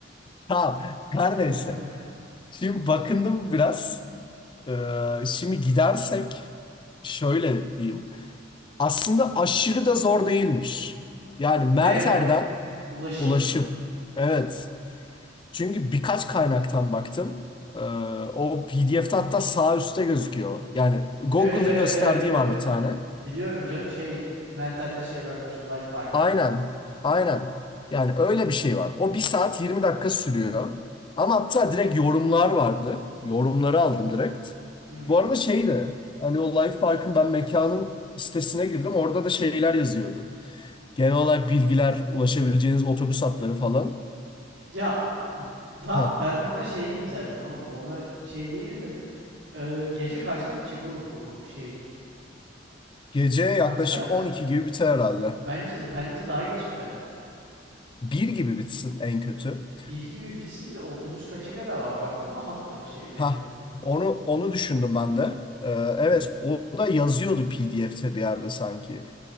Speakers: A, on the left; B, on the right.
A: Tamam. Her
B: <laughs>
A: neyse. Şimdi bakındım biraz. Ee, şimdi gidersek şöyle diyeyim. Aslında aşırı da zor değilmiş. Yani
B: Ne
A: Merter'den
B: o? Ulaşım
A: ulaşım.
B: mı? Hmm.
A: Evet. Çünkü birkaç kaynaktan baktım. Ee, o PDF'de hatta sağ üstte gözüküyor. Yani Google'ın
B: Evet evet
A: gösterdiği
B: evet. Gö-
A: var bir tane.
B: Biliyorum canım şey Meltem'den şeye bakmıştım Life Park'a.
A: Aynen. Aynen. Yani öyle bir şey var. O bir saat 20 dakika sürüyor. Ama hatta direkt yorumlar vardı. Yorumları aldım direkt.
B: Hı.
A: Bu arada şey de, Hani o Life Park'ın ben mekanın sitesine girdim. Orada da şeyler yazıyordu. Genel olarak bilgiler, ulaşabileceğiniz otobüs hatları falan.
B: Ya m- tamam
A: Ha.
B: ben ona şeyim zaten oğlum. Ona şey değilim de e, gece kaçta bitecek oğlum bu şey
A: Gece yaklaşık
B: konser?
A: 12 gibi biter herhalde.
B: Bence bence daha geç biter.
A: Bir gibi bitsin en kötü.
B: Yani Bir gibi bitsin de otobüs kaça kadar var? Baktın mı hatların şeylerine?
A: Ha. Onu onu düşündüm ben de. Ee,
B: Hı.
A: evet o da yazıyordu PDF'te bir yerde sanki.